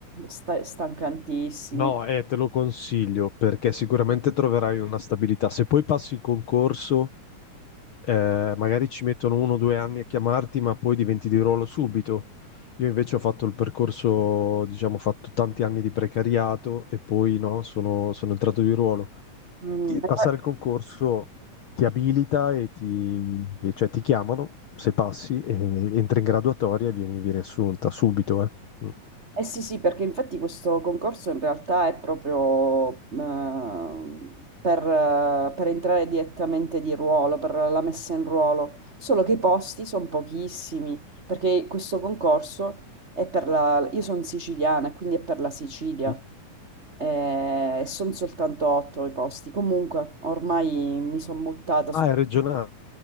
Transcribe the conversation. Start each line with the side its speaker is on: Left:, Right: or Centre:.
Right: Sta- stancantissimi.
Left: No, eh, te lo consiglio perché sicuramente troverai una stabilità. Se poi passi il concorso eh, magari ci mettono uno o due anni a chiamarti, ma poi diventi di ruolo subito. Io invece ho fatto il percorso, diciamo, ho fatto tanti anni di precariato e poi no, sono, sono entrato di ruolo.
Right: Mm,
Left: E Passare
Right: eh
Left: il concorso ti abilita e ti, e cioè, ti chiamano, se passi, e entri in graduatoria e vieni, vieni assunta subito. eh. Mm.
Right: eh sì, sì, perché infatti questo concorso in realtà è proprio ehm, per, eh, per entrare direttamente di ruolo, per la messa in ruolo, solo che i posti sono pochissimi, perché questo concorso è per la... Io sono siciliana, quindi è per la Sicilia.
Left: Mm.
Right: Eh, E sono soltanto otto i posti. Comunque, ormai mi sono buttata su
Left: Ah, è regionale?